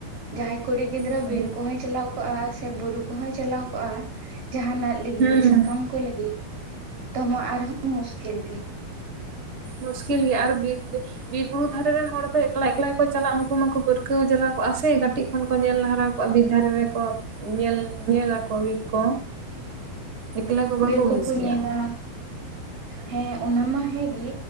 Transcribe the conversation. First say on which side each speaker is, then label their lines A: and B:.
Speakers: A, on the right; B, on the right.
A: ᱡᱟᱦᱟᱸᱭ ᱠᱩᱲᱤ ᱜᱤᱫᱽᱨᱟᱹ
B: ᱦᱮᱸ
A: ᱵᱤᱨ ᱠᱚᱦᱚᱸᱭ ᱪᱟᱞᱟᱣ ᱠᱚᱜᱼᱟ, ᱥᱮ ᱵᱩᱨᱩ ᱠᱚᱦᱚᱸᱭ ᱪᱟᱞᱟᱣ ᱠᱚᱜᱼᱟ, ᱡᱟᱦᱟᱸᱱᱟᱜ ᱞᱟᱹᱜᱤᱜ
B: ᱦᱮᱸ
A: ᱥᱟᱠᱟᱢ ᱠᱚ ᱞᱟᱹᱜᱤᱜ ᱫᱚ ᱢᱟᱜ ᱟᱨᱦᱚᱸ ᱢᱩᱥᱠᱤᱞ ᱜᱮ
B: ᱢᱩᱥᱠᱤᱞ ᱜᱮᱭᱟ, ᱟᱨ ᱵᱤᱨ ᱵᱤᱨ ᱵᱩᱨᱩ ᱫᱷᱟᱨᱮ ᱨᱮᱱ ᱦᱚᱲ ᱫᱚ ᱮᱠᱞᱟ ᱮᱠᱞᱟ ᱠᱚ ᱪᱟᱞᱟᱜᱼᱟ, ᱩᱱᱠᱩ ᱢᱟᱠᱚ ᱯᱟᱹᱨᱠᱟᱹᱣ ᱡᱟᱞᱟ ᱠᱚᱜᱼᱟ ᱥᱮ ᱠᱟᱹᱴᱤᱡ ᱠᱷᱚᱱ ᱠᱚ ᱧᱮᱞ ᱦᱟᱨᱟ ᱠᱚᱜᱼᱟ ᱵᱤᱨ ᱫᱷᱟᱨᱮ ᱨᱮᱠᱚ ᱧᱮᱞ ᱧᱮ ᱟᱠᱚ ᱵᱤᱨ ᱠᱚ ᱮᱠᱞᱟ ᱠᱚ ᱵᱟᱠᱚ
A: ᱵᱤᱨ ᱠᱚᱠᱚ
B: ᱵᱩᱡᱽ ᱜᱮᱭᱟ
A: ᱧᱮᱞᱟ ᱦᱮᱸ ᱚᱱᱟ ᱢᱟ ᱦᱮᱸᱜᱮ